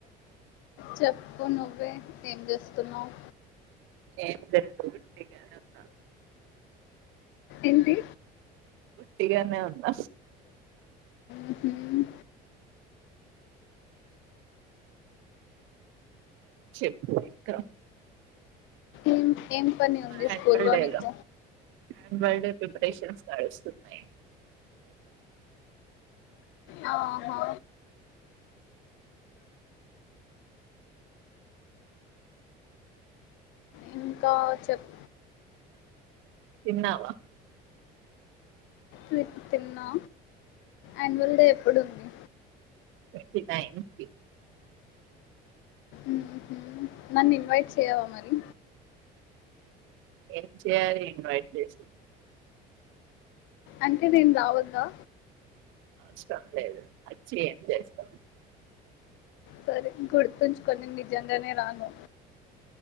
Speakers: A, on the left (about 65°); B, on the right (about 70°).
A: చెప్పు నువ్వే ఏం చేస్తున్నావు
B: ఏం లేదు ఉట్టిగానే ఉన్నా
A: ఎంది
B: ఉట్టిగానే ఉన్న
A: ఉహు
B: చెప్పు ఎక్క
A: ఏం ఏం పని ఉంది
B: యాన్యువల్
A: స్కూల్ వోనిక
B: డే లో యాన్యువల్ డే ప్రిపరేషన్స్ నడుస్తున్నయి
A: ఆ ఆహా ఇంకా చెప్
B: తిన్నావ?
A: రే ఇపు తిన్నా, అన్యూల్ డే ఎప్పుడుంది?
B: ఫిఫ్టీ నైన్ ఫి
A: ఉహు నన్ ఇన్వైట్ చేయవా మరి?
B: ఏం చేయాలి ఇన్వైట్ చేసి
A: అంటే నేన్ రావొద్దా?
B: అవసరం లేదు వచ్చి ఏం చేస్తాం
A: సరే గుర్తుంచుకో నేను నిజంగానే రాను